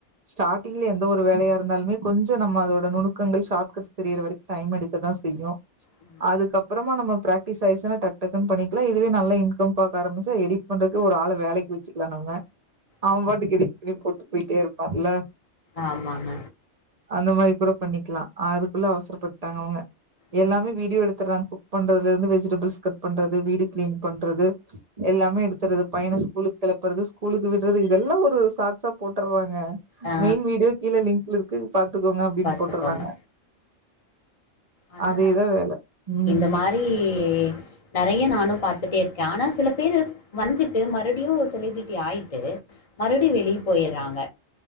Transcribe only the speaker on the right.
ஸ்டார்ட்டிங்ல எந்த ஒரு வேலையா இருந்தாலுமே கொஞ்ச நம்ம அதோட நூணுக்கங்கள் ஷார்ட்கட் தெரியற வரைக்கு டைம் எடுக்கதா செய்யும்
அதுக்கப்புறமா நம்ம ப்ரக்ட்டிஸ் ஆயிருச்சுனா டக் டக்னு பண்ணிட் இதுவே <unintelligible> நல்லா இன்கம் பாக்க ஆரம்பிச்சா எடிட் பண்றதுக்கு ஒரு ஆள வேலைக்கு வெச்சுக்கலா நம்ம அவ
பாட்டுக்கு எடிட் பண்ணி போட்டு போயிட்டே இருப்பான்ல
அந்த மாரி கூட பண்ணிக்கலா அதுக்குள்ள அவசரப்பட்டுடாங்க அவங்க
எல்லாமே வீடியோ எடுத்துடுறாங்க குக் பண்றதுல இருந்து வெஜிடபிள்ஸ் கட் பண்றது வீடு கிளீன் பண்றது எல்லாமே எடுத்துறது பையனை ஸ்கூலுக்கு கிளப்புறது ஸ்கூலுக்கு விடுறது இதெல்லாம் ஒரு ஷார்ட்ஸ்ஸா போட்டுடறாங்க
மெயின் வீடியோ கீழே லிங்க் இருக்கு பாத்துக்கோங்க அப்படின்னு
போட்டுறாங்க
அதேதா வேல ம்